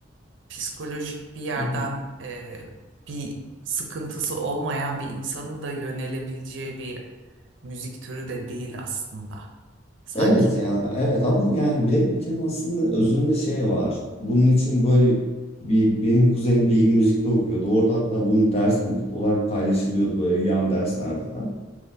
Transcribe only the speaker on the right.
psikolojik bir yerden
e, bir sıkıntısı olmayan bir insanın da yönelebileceği bir müzik türü de değil aslında sanki.